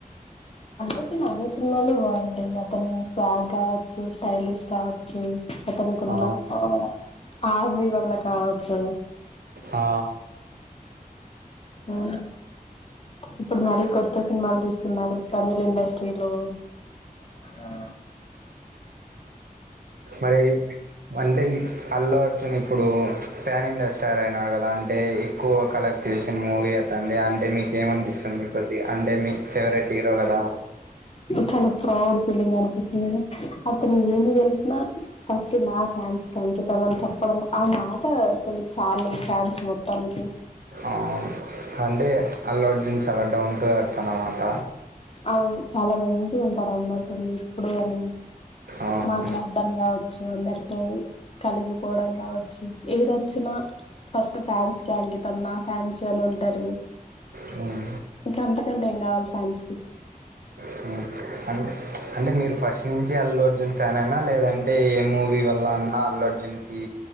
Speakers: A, on the left; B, on the right.
A: అంటే అన్నేస్సరి అతన్ని స్వాగ్ కావచ్చు స్టైలిష్ కావచ్చు అతనుకున్న
B: ఆ!
A: హా ఆర్మీ వల్ల కావచ్చు
B: ఆ
A: ఆ ఇప్పుడు మరీ కొత్త సినిమాలు తీస్తున్నారు తమిళ్ ఇండస్ట్రీలో ఆ
B: మరి అంటే అల్లు అర్జున్ ఇప్పుడు పాన్ ఇండియా స్టార్ అయినాడు కదా అంటే ఎక్కువ కలెక్ట్ చేస్ తన్ మూవీ అతన్ది అంటే మీకేమన్పిస్తుంది కొద్ది అంటే మీ ఫేవరెట్ హీరో కదా
A: చాలా ప్రౌడ్ ఫీలింగ్ అనిపిస్తుంది అతను ఏమి తెలిసినా ఫస్ట్ నా ఫ్యాన్స్ అంకితం అని చెప్పడం ఆ మాట అసలు చాలు ఫ్యాన్స్ మొత్తానికి
B: అవును అంటే అల్లు అర్జున్ చాలా డౌన్ టూ అ అనమాట
A: ఆ చాలా మంచిగా ఉంటారు అందరితోని ఎప్పుడు అని
B: అవును
A: మాట్లాడడం కావ అందరితో కలిసిపోవడం కావచ్చు ఏదొచ్చినా ఫస్ట్ ఫ్యాన్స్ కి అంకితం నా ఫ్యాన్స్ అని ఉంటారు
B: హ్మ్
A: ఇంకా అంతకంటే ఏం కావాలి ఫ్యాన్స్ కి
B: హ్మ్ అంటే అంటే మీరు ఫస్ట్ నుంచి అల్లు అర్జున్ ఫ్యాన్ అయినా లేదంటే ఏ మూవీ వల్ల అన్నా అల్లు అర్జున్ కి